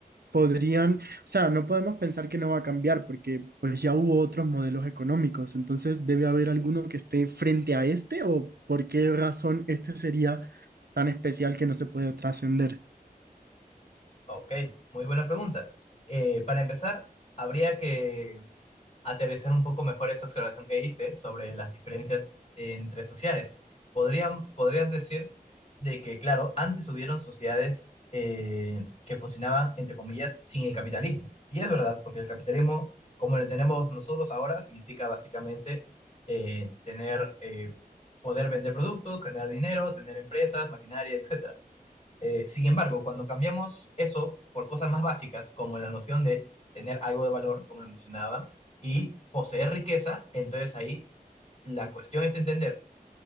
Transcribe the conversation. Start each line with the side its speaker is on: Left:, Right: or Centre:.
Right: podrían, o sea, no podemos pensar que no va a cambiar porque pues ya hubo otros modelos económicos, entonces debe haber alguno que esté frente a este o por qué razón este sería tan especial que no se puede trascender?
Left: ok, muy buena pregunta. Eh, para empezar, habría que aterrizar un poco mejor esa observación que diste sobre las diferencias entre sociedades. Podrían, podrías decir de que, claro, antes hubieron sociedades eh, que funcionaban, entre comillas, sin el capitalismo. Y es verdad, porque el capitalismo, como lo tenemos nosotros ahora, significa básicamente eh, tener, eh, poder vender productos, generar dinero, tener empresas, maquinaria, etcétera. Eh, sin embargo, cuando cambiamos eso por cosas más básicas, como la noción de tener algo de valor, como lo mencionaba, y poseer riqueza, entonces ahí la cuestión es entender